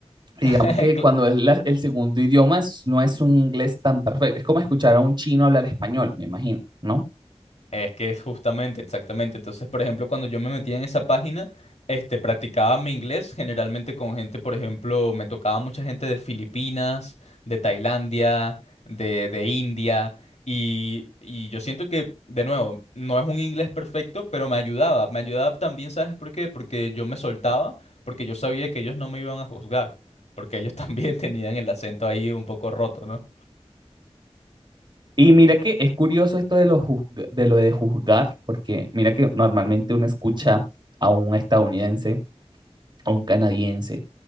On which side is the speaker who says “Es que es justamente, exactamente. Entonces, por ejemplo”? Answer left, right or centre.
Left